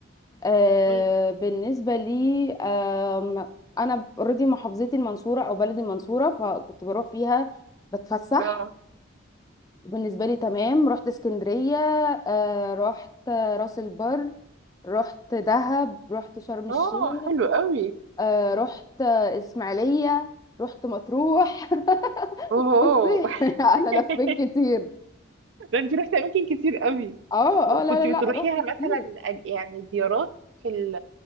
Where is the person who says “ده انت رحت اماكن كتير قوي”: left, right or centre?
Right